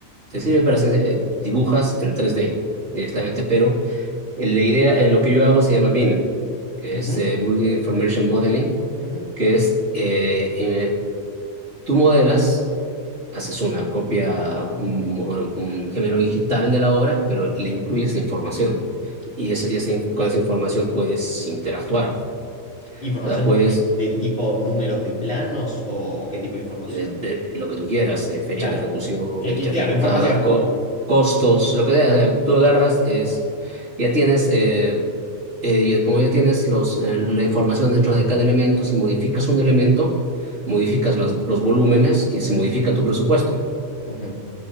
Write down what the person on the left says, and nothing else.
Ujú,
ujú.
¿Información
de- del tipo números de planos o, o qué tipo de información?
Claro.
Eh,
y claro,
información.
Ujú.